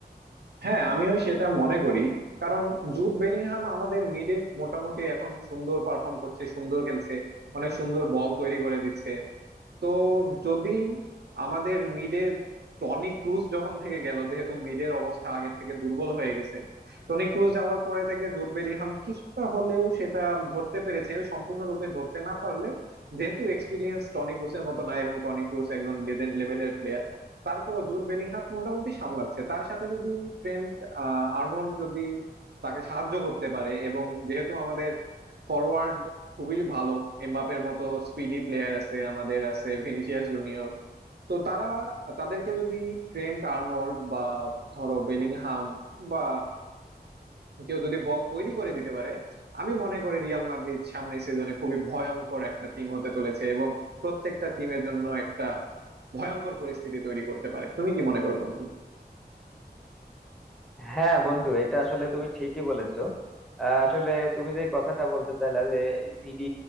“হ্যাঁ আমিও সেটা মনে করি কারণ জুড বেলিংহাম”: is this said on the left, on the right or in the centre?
Right